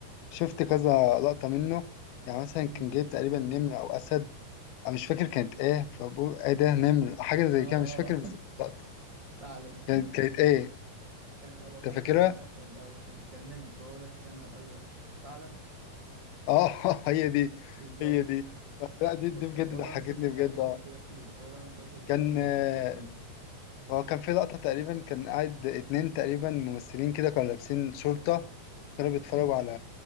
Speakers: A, on the left; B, on the right.
A: شفت كذا لقطة منه يعني مثلا
B: امم
A: كان جايب تقريبا نمر أو أسد أنا مش فاكر كانت إيه فبقول إيه ده نمر حاجة زي
B: اه
A: كده مش فاكر
B: اه
A: بس اللقطة
B: <laughs> ثعلب
A: كانت كانت إيه؟
B: كان هو كان
A: أنت فاكرها؟
B: أسد أو كان كان نمر فهو لك يا نهار أزرق ثعلب
A: اه <laughs> هي دي
B: بالظبط
A: هي دي لا دي
B: هو
A: دي بجد
B: هو
A: ضحكتني
B: بقى المسلسل فيه
A: بجد
B: حاجات
A: اه
B: زي كده كتير هو بقى المسلسل كله
A: كان
B: لقطات
A: آه،
B: زي كده
A: هو كان في لقطة تقريبا كان قاعد اتنين تقريبا ممثلين كده كانوا لابسين شرطة كانوا بيتفرجوا
B: امم
A: على